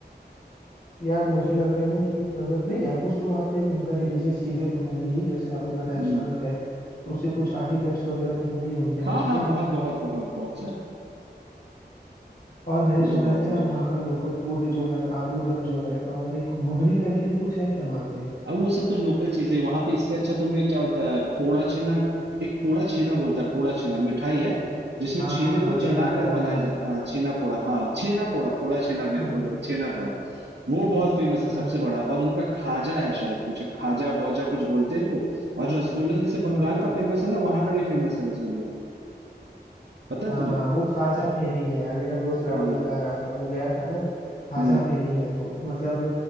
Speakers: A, on the left (about 55°); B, on the right (about 75°).
A: यार मुझे लग रहा है ना कि अगर नहीं यार कुछ तो वहाँ पे उनका रिलीजियस चीजें तो होंगी ही जैसे आपने बताया
B: हम्म
A: शंख है तो उससे कुछ आर्टिफैक्ट्स वगैरह तो होंगे ही उनके वहाँ
B: हाँ हाँ
A: पे
B: बहुत बहुत बहुत बहुत सारे
A: और मैंने
B: तो
A: सुना
B: तो बहुत
A: है ना यार
B: सारे
A: वहाँ का लोकल फूड जो है आलू दम जो है और एक घुगनी करके भी कुछ है क्या वहाँ पे
B: अब वो सब तो लोकल चीजें वहां पे इससे अच्छा तुम्हें क्या बोलता है पोड़ा छेना एक पोड़ा छेना बोलता है पोड़ा छेना मिठाई है जिसमें
A: हाँ
B: छेने
A: हाँ हाँ
B: को
A: छेना
B: जलाकर
A: पोड़ा
B: बनाया
A: हाँ
B: जाता है हाँ छेना पोड़ा हाँ छेना पोड़ा पोड़ा छेना मैं
A: हाँ
B: बोल रहा हूँ छेना पोड़ा वो बहुत फेमस है
A: हाँ
B: सबसे बड़ा और उनका खाजा है शायद कुछ खाजा गौजा कुछ बोलते हैं वो और रसगुल्ला जैसे बंगाल
A: हाँ
B: का फेमस है ना वहां का भी फेमस है रसगुल्ला पता है
A: हाँ,
B: तुम्हें
A: वो खाजा फेनी है यार मेरा दोस्त राहुल
B: हाँ
A: बता रहा था वो गया था ना खाजा
B: हम्म
A: फेनी है वो मतलब